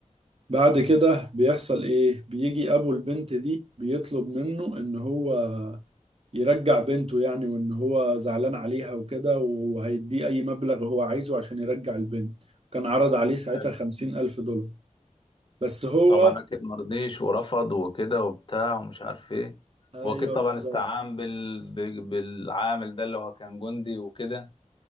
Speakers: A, on the right; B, on the left.
A: بعد كده بيحصل ايه بيجي ابو البنت دي بيطلب منه ان هو يرجع بنته يعني وان هو زعلان عليها وكده وهيديه اي مبلغ هو عايزه عشان يرجع البنت كان عرض عليه ساعتها
B: حلو
A: خمسين الف دولار بس هو
B: طبعا أكيد مرضيش ورفض وكده وبتاع ومش عارف إيه
A: ايوه
B: وأكيد طبعا
A: بالظبط
B: استعان بال... بال- بالعامل ده اللي هو كان جندي وكده